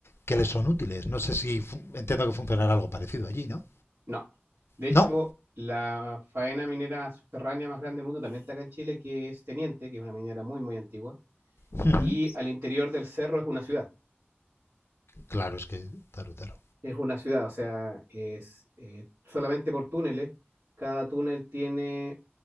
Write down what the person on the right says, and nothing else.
No. De hecho,
la faena minera subterránea más grande del mundo también está acá en Chile, que es Teniente, que es una minera muy, muy antigua.
Y al interior del cerro es una ciudad.
Es una ciudad, o sea, es eh, solamente por túneles. Cada túnel tiene